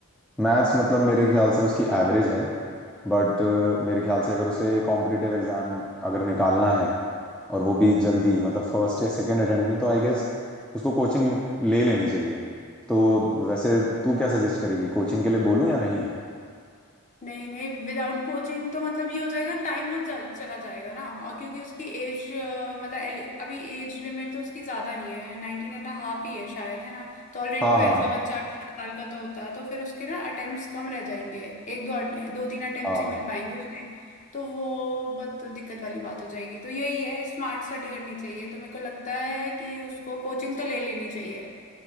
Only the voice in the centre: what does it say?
मैथ्स मतलब मेरे ख्याल से उसकी एवरेज है बट मेरे ख्याल से अगर उसे कॉम्पिटिटिव एग्जाम अगर निकालना है और वो भी जल्दी मतलब फर्स्ट या सेकेंड अटेम्प्ट में तो आई गेस उसको कोचिंग ले लेनी चाहिए तो वैसे तू क्या सजेस्ट करेगी कोचिंग के लिए बोलूँ या नहीं
हाँ
हाँ हाँ
हाँ